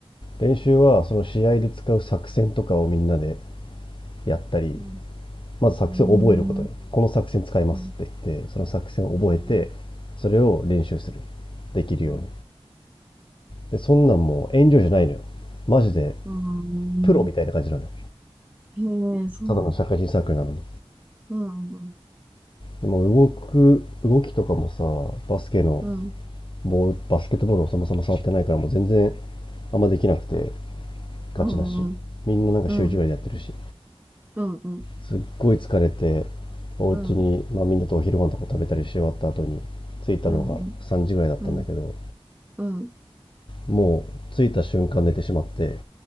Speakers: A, on the left; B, on the right.
A: 練習はその試合で使う作戦とかをみんなでやったり
B: うん
A: まず作戦を覚えることでこの作戦使いますって言ってその作戦を覚えてそれを練習する
B: うんうんうんうん
A: できるように
B: うん
A: でそんなんもう遠慮じゃないのよマジで
B: うんうん。
A: プロみたいな感じなのよ
B: へー、そうなんだ。
A: ただの社会人サークルなのに
B: うん
A: でも動く動きとかもさバスケの
B: うん
A: ボールバスケットボールをそもそも触ってないからもう全然あんまできなくてガチだしみんななんか週一ぐらいでやってるし
B: うんうんうんうんうん
A: すっごい疲れてお家にまあ、
B: うん
A: みんなとお昼ご飯とか食べたりし終わった後に着いたのが3時ぐらいだったんだけど
B: うんうんうんうん
A: もう着いた瞬間寝てしまって